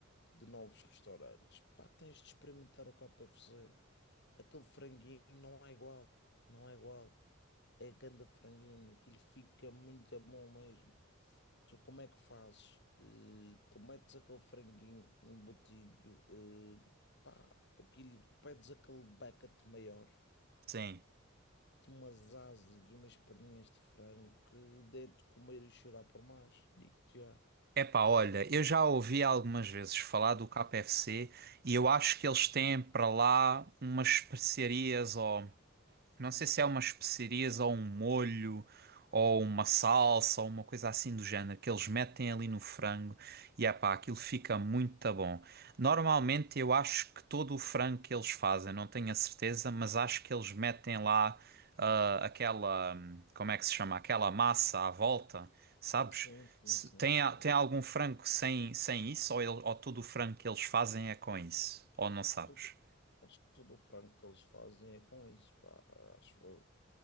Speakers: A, on the left; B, on the right.
A: de novos restaurantes. Pá, tens de experimentar o K F c. Aquele franguinho não é igual. Não é igual. É ganda franguinho. Aquilo fica muito bom mesmo. Tu como é que fazes? Eh, tu metes aquele franguinho embutido. eh, pá, aquilo, pedes aquele bucket maior.
B: Sim.
A: de umas asas de umas perninhas de frango que dê de comer e chorar por mais, digo-te já.
B: Epá, olha, eu já ouvi algumas vezes falar do KFC e eu acho que eles têm para lá umas especiarias ou Não sei se é umas especiarias ou um molho ou uma salsa ou uma coisa assim do género que eles metem ali no frango e é pá, aquilo fica muito bom. Normalmente eu acho que todo o frango que eles fazem, não tenho a certeza, mas acho que eles metem lá ah, aquela, hum, como é que se chama? Aquela massa à volta, sabes?
A: Sim, sim,
B: Se-
A: sim,
B: Tem,
A: sim.
B: a- tem
A: sim.
B: algum frango sem, sem isso ou, ele- ou todo o frango que eles fazem é com isso? Ou não sabes?
A: Tudo- acho que todo o frango que eles fazem é com isso, pá, acho eu.